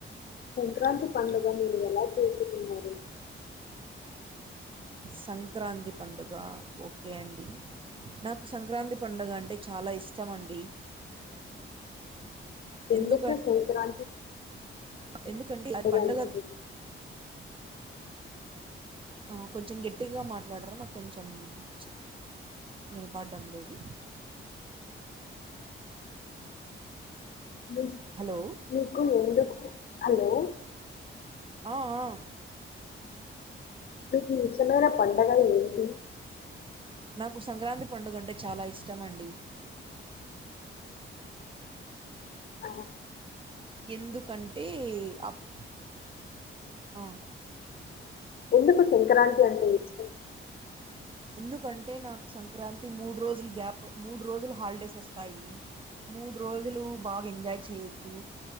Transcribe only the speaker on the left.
సంక్రాంతి పండుగ మీరు ఎలా చేసుకున్నారు
ఎందుకు
సంక్రా
అంటే మీకు
మీ-
మీకు ఎందుకు హలో
అ సలా పండగ ఏంటి
అవు
ఎందుకు సంక్రాంతి అంటే ఇష్టం